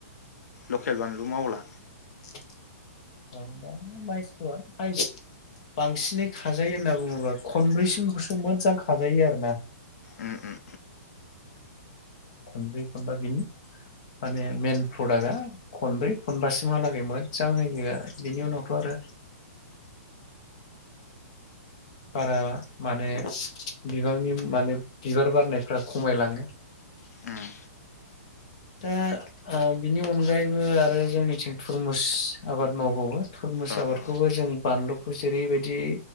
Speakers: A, on the left; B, on the left.
A: लकेल बानलु मावला।
B: <inaudible> औ दा माइसुआ हाइस बांसिनै खाजायो होनना बुङोब्ला खनब्रैसिमखौसो मोजां खाजायो आरो ना।
A: उम उम
B: खनब्रै खनबा बिनि माने मेन प्रडाक्टआ खनब्रै खनबासिमहालागै मोदजां होयो बेनि उनावथ' आरो बारा माने बिबांनि माने बिबार बारनायफ्रा खमायलाङो।
A: उम
B: दा ओ बिनि अनगायैबो आरो जोंनिथिं थुरमुस आबाद मावबावो थुरमुस
A: औ
B: आबादखौबो
A: औ
B: जों बानलुखौ जेरैबायदि